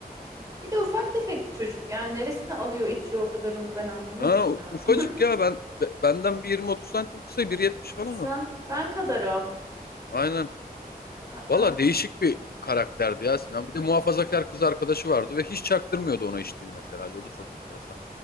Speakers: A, on the right (about 20°); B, on the left (about 75°).
A: Bir de ufak tefek bir çocuk yani neresine alıyor içiyor o kadar onu ben anlamadım
B: Ha
A: ya.
B: ufacık ya ben be- benden bir 20-30 santim kısa 1.70
A: <laughs> Kısa.
B: falan o.
A: Ben kadar o.
B: Aynen.
A: Aa,
B: Valla değişik bir karakterdi ya Sinan. Bir de muhafazakar kız arkadaşı vardı ve hiç çaktırmıyordu ona içtiğini mesela. O da çok enteresan.